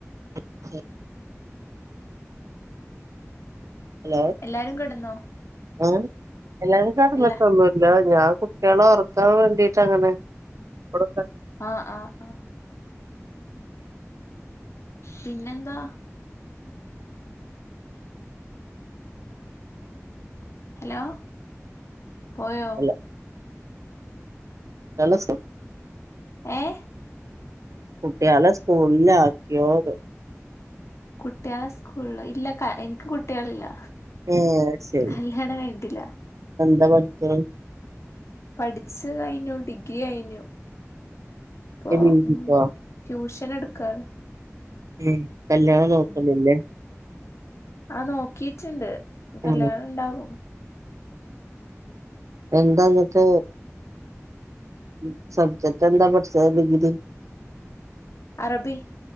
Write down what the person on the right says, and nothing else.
<unintelligible> ഹലോ
ആ എല്ലാരും കടന്നട്ടൊന്നുമില്ല
ഞാൻ കുട്ടികളെ ഉറക്കാൻ വേണ്ടിട്ട് അങ്ങനെ ഇവിടെ കിടക്ക
അല്ല ജെലസം
കുട്ടിയാളെ സ്കൂളിൽ ആക്കിയോന്ന്?
ഏ ശരി
എന്താ പട്ക്ക്ണ്.
ഇനി പി ജിക്കോ
ഉം കല്യാണം നോക്ക്ണില്ലേ.
ആ
എന്താന്ന്ട്ട്. ഉം സബ്ജറ്റ് എന്താ പട്ച്ച്ണ് ഡിഗ്രി.